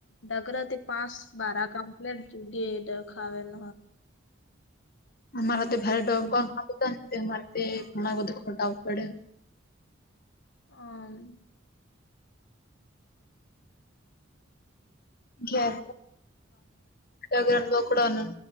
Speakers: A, on the left (about 65°); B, on the left (about 50°).
A: ડગરતી પાંચ બારા કમ્પ્લેટ જુગ એ ડખાવે ન
B: અમારા તે ભારે ડગ હતા અમારે તે ઘણા બધું ખટું પડે
A: હમ
B: ઘ દગર બકડ